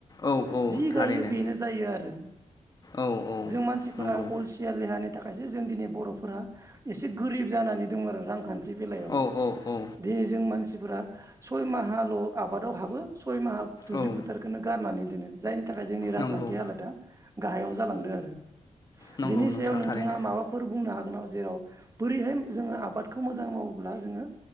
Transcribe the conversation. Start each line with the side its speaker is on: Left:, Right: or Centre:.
Left: औ औ
Right: <unintelligible> जि
Left: थारैनो
Right: गायो बेनो जायो आरो
Left: औ औ
Right: जों मानसिफोरा
Left: नंगौ
Right: अलसिया लेहानि थाखायसो जों दिनै बर'फोरा एसे गोरिब जानानै दं आरो रांखान्थि <unintelligible> बेलायाव
Left: औ औ औ
Right: दिनै जों मानसि सिफोरा सय माहाल आबादाव हाबो सय माहा दुब्लि
Left: औ
Right: फोथारखौनो गारनानै दोनो जायनि थाखाय जोंनि रांखान्थि
Left: नंगौ
Right: हालोदा गाहायाव जालांदो आरो।
Left: नंगौ
Right: बिनि
Left: नोंथां
Right: सायाव नोंथाङा
Left: थारैनो
Right: माबाफोर बुंनो हागोन उनाव जेराव बोरैहाय जोङो आबादखौ मोजां मावोब्ला जोङो